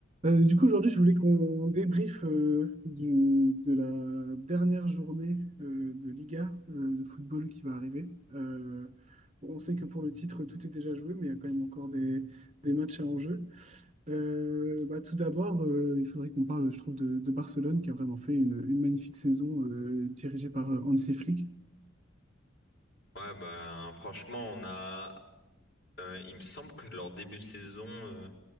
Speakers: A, on the right; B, on the left.
A: Euh, du coup, aujourd'hui, je voulais qu'on débriefe euh, du- de la dernière journée euh, de Liga euh, de football qui va arriver. Euh, bon, on sait que pour le titre, tout est déjà joué, mais il y a quand même encore des, des matchs à enjeu. Euh, bah, tout d'abord, euh, il faudrait qu'on parle, je trouve, de, de Barcelone qui a vraiment fait une, une magnifique saison euh, dirigée par euh, Hansi Flick.
B: Ouais, ben franchement, on a. euh, il me semble que leur début de saison euh,